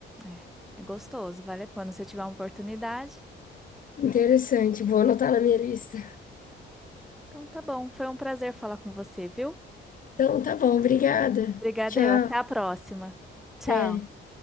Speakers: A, in the centre; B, on the left.
A: É, é gostoso, vale a pena. Se você tiver uma oportunidade.
B: Interessante, vou anotar na minha lista.
A: Então tá bom, foi um prazer falar com você, viu?
B: Então, tá bom, obrigada.
A: Obrigada,
B: Tchau.
A: eu. Até a próxima. Tchau.
B: Até.